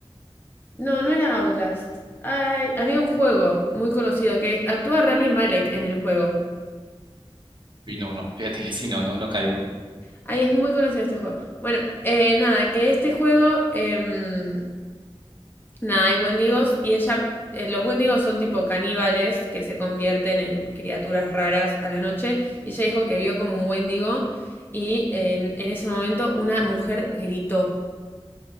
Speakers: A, on the left; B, on the right.
A: no, no era Outlast. Ay, había un juego muy conocido que actúa Rami Malek en el juego.
B: Uy, no, no, fíjate que sí, no, no, no caigo.
A: Ay, es muy conocido este juego. Bueno, eh, nada, que este juego, em, nada, hay wendigos y ella, eh, los wendigos son tipo caníbales que se convierten en criaturas raras a la noche y ella dijo que vio como un wendigo y en en ese momento una mujer gritó.